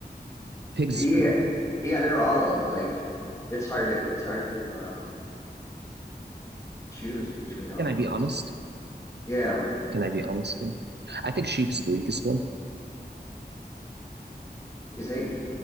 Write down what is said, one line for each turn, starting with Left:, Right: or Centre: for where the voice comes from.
Right: Pigs
Left: yeah
Right: is pretty good.
Left: yeah they're all like it's hard to it's hard to um choose between all
Right: Can I
Left: of
Right: be
Left: those
Right: honest?
Left: yeah
Right: Can I be honest? though? I think sheep is the weakest one.
Left: wh- you think